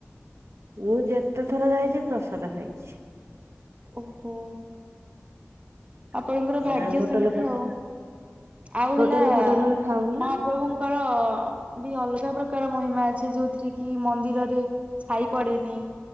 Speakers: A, on the right; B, on the right.
A: ମୁଁ ଯେତେ ଥର ଯାଇଛି ପ୍ରସାଦ ଖାଇଛି।
B: ଓହୋ। ଆପଣଙ୍କର ଭାଗ୍ୟ
A: ଆଉ ହୋଟେଲ
B: ସେମିତି
A: ଫୋଟ
B: ଆଉ ଆଉ
A: ହୋଟେଲ
B: ହେଲା ମହା
A: ଫୋଟେଲରେ ଖାଉନା
B: ମହା ପ୍ରଭୁଙ୍କର ବି ଅଲଗା ପ୍ରକାର ମହିମା ଅଛି ଯୋଉଥିରେ କି ମନ୍ଦିରରେ। ଛାଇ ପଡେନି